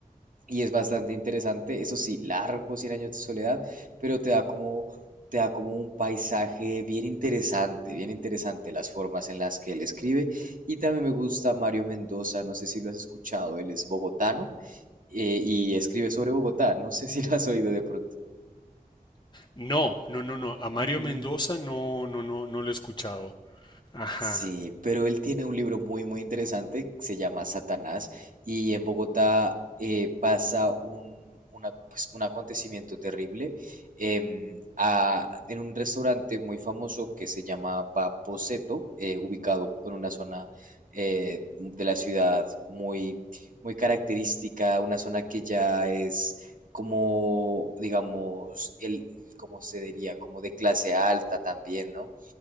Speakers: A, on the right; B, on the left.
A: y es bastante interesante, eso sí, largo, cien años de soledad, pero te da como, te da como un paisaje bien interesante, bien interesante las formas en las que él escribe. Y también me gusta Mario Mendoza, no sé si lo has escuchado, él es bogotano eh, y escribe sobre Bogotá, no sé si lo has oído de pronto.
B: No, no, no, no. A Mario
A: Ujú.
B: Mendoza no, no, no, no lo he escuchado. Ajá.
A: Sí, pero él tiene un libro muy, muy interesante, se llama Satanás, y en Bogotá eh, pasa un, una- pues, un acontecimiento terrible em, a- en un restaurante muy famoso que se llama Vaposeto, eh, ubicado en una zona eh, de la ciudad muy, muy característica, una zona que ya es como, digamos, el, cómo se diría, como de clase alta también, ¿no?